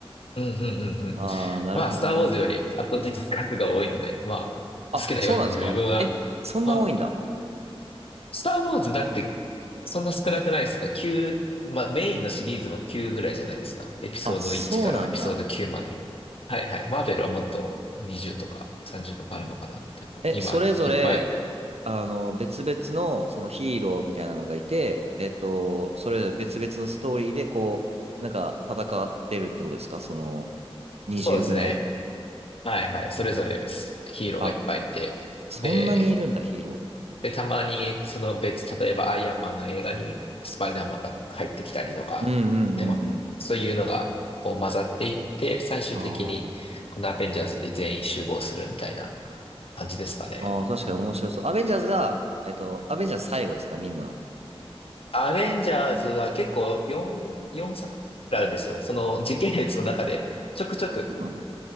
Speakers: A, on the left; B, on the right.
A: うん、うん、うん。うん
B: ああ、なるほどね。
A: まあ、スターウォーズより圧倒的に数が多いので、まあ、
B: あ、
A: 好きなように自分は、
B: そうなんですかえ、そんな多いんだ。
A: まあ、スター・ウォーズだって、そんな少なくないですか ?9、まあメインのシリーズは9ぐらいじゃないですか。エピソード1からエピソード9まで。
B: あ、そうなんだ。
A: はいはい。マーベルはもっと20とか30とかあるのかな。
B: え、
A: 今、
B: それぞれ、
A: いっぱい。
B: あの、別々の、そのヒーローみたいなのがいて、えっと、それぞれ別々のストーリーで、こう、なんか戦ってるってことですかその、20ぐらい。
A: そうですね。はいはい。それぞれヒーローがいっぱいいて。
B: あ、そんなにいるんだ、
A: で、
B: ヒーロ
A: で、たまに、その別、例えばアイアンマンの映画にスパイダーマンが入ってきたりとか、
B: ー。うんうんうんうん。
A: で、まあ、そういうのが、こう混ざっていって、最終的に、
B: あ
A: このアベンジャーズで全員集合するみたいな感じですかね。
B: あ、ああ、確かに面白そう。アベンジャーズが、えっと、アベンジャーズ最後ですかみんな。
A: アベンジャーズは結構4、4作あるんですよ。その時系列の中で、ちょくちょく
B: そうなんだ。